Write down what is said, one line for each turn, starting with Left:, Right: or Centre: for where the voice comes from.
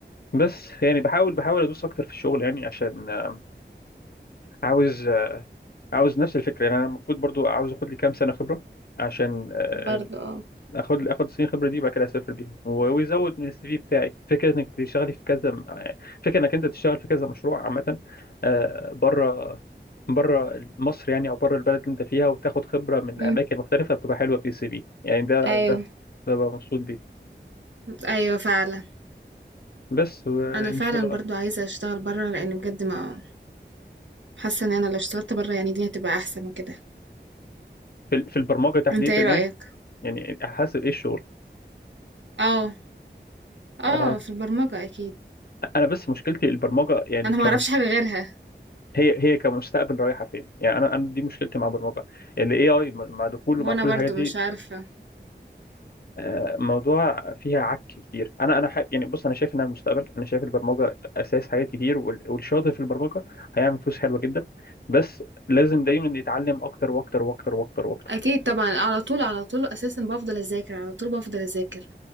Left: بس يعني بحاول بحاول ادوس اكتر في الشغل يعني عشان آه، عاوز آه، عاوز نفس الفكره يعني انا المفروض برضو عاوز اخد لي كام سنه خبره عشان آه،
Right: برضه اه
Left: اخد اخد سنين خبره دي وبعد كده اسافر بيهم و- ويزود من السي في بتاعي فكره انك تشتغلي في كذا م- آه، فكره انك انت تشتغل في كذا مشروع عامه آه، بره بره مصر يعني او بره البلد اللي انت فيها وتاخد خبره من
Right: مم.
Left: اماكن مختلفه بتبقى حلوه في السي في يعني ده
Right: ايوه
Left: ده ده بقى مبسوط بيه
Right: ايوه فعلا
Left: بس وان
Right: انا فعلا
Left: شاء الله
Right: برضو عايزه اشتغل بره لان بجد ما حاسه ان انا لو اشتغلت بره يعني الدنيا تبقى احسن وكده
Left: في ال- في البرمجه تحديدا
Right: انت ايه
Left: يعني
Right: رأيك
Left: يعني حسب ايه الشغل
Right: اه اه
Left: آه،
Right: في البرمجة اكيد
Left: انا بس مشكلتي البرمجه يعني
Right: انا
Left: كمش...
Right: ما اعرفش حاجة غيرها
Left: هي هي كمستقبل رايحه فين يعني انا انا دي مشكلتي مع البرمجه الاي اي مع دخوله
Right: وانا
Left: مع كل
Right: برضو
Left: الحاجات دي
Right: مش عارفة
Left: آه، موضوع فيها عك كتير انا انا ح... يعني بص انا شايف انها المستقبل انا شايف البرمجه اساس حاجات كتير وال- والشاطر في البرمجه هيعمل فلوس حلوه جدا بس لازم دايما يتعلم اكتر واكتر واكتر واكتر واكتر
Right: اكيد طبعا على طول على طول اساسا بفضل اذاكر على طول بفضل اذاكر